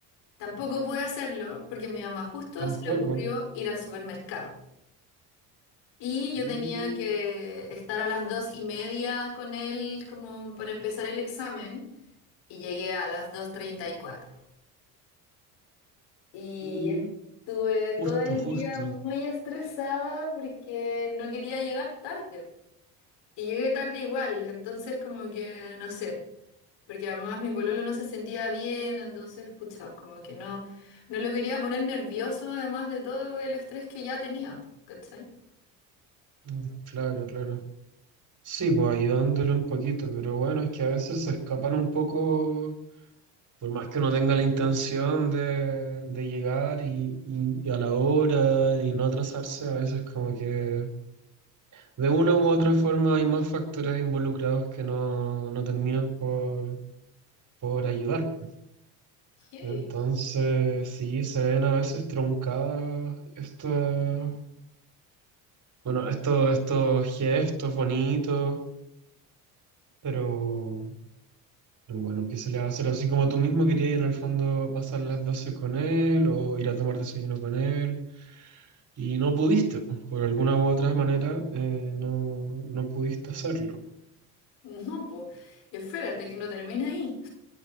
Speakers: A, on the left; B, on the right.
A: Tampoco pude hacerlo porque a mi mamá justo
B: Tampoco.
A: se le ocurrió ir al supermercado. Y
B: Mm,
A: yo tenía que estar a las dos y media con él como para empezar el examen y llegué a las dos treinta y cuatro. Y
B: mm,
A: estuve
B: Justo,
A: todo el
B: justo.
A: día muy estresada porque no quería llegar tarde. Y llegué tarde igual, entonces como que no sé, porque además mi pololo no se sentía bien, entonces pucha, como que no, no lo quería poner nervioso además de todo el estrés que ya tenía, po, ¿cachai?
B: Mm, Claro, claro. Sí, pues ayudándole un poquito, pero bueno, es que a veces se escapan un poco Por más que uno tenga la intención de, de llegar y, y- y a la hora y no atrasarse, a veces como que de una u otra forma hay más factores involucrados que no, no terminan por, por ayudar.
A: Heavy.
B: Entonces, sí, se ven a veces truncadas estos, bueno, estos, estos gestos bonitos, pero... Pero bueno, ¿qué se le va a hacer? Así como tú mismo querías en el fondo pasar las 12 con él o ir a tomar desayuno con él. Y no pudiste, pues, por alguna u otra manera, eh, no, no pudiste hacerlo.
A: No, pues, espérate que no termina ahí.